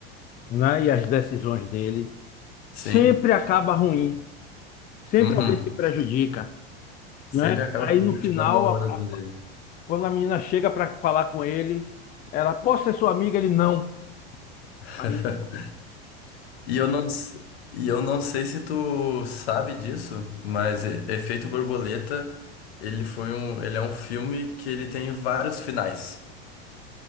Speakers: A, on the left; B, on the left.
A: né, e as decisões dele,
B: Sim.
A: sempre acaba ruim, sempre
B: Uhum.
A: alguém se prejudica,
B: Sempre
A: né?
B: acaba
A: Aí
B: prejudicando
A: no final,
B: o amor
A: a-
B: da vida dele.
A: a- quando a menina chega para falar com ele, ela, posso ser sua amiga? Ele, não. Aí
B: <laughs> E eu não, s- e eu não sei se tu sabe disso, mas E- Efeito Borboleta, ele foi um, ele é um filme que ele tem vários finais.